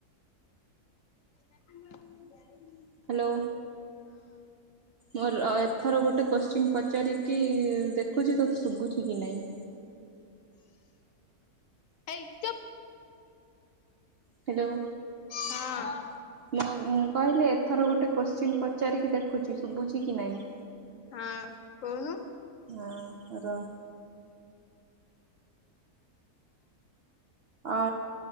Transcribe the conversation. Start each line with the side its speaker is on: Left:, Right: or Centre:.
Left: ନାଇ ପା ମୁଁ ଯାଇନି
Right: ହ୍ୟାଲୋ ମୋର ଏଥର ଗୋଟେ କୋଶ୍ଚିନ୍ ପଚାରିକି ଦେଖୁଛି ତତେ ଶୁଭୁଛି କି ନାହିଁ?
Left: ହେଇ ଚୁପ୍
Right: ହ୍ୟାଲୋ
Left: ହଁ,
Right: ମୁଁ କହିଲି ଏଥର ଗୋଟେ କୋଶ୍ଚିନ୍ ପଚାରିକି ଦେଖୁଛି ଶୁଭୁଛି କି ନାହିଁ?
Left: ହଁ, କହୁନୁ?
Right: ହଁ ର ଅ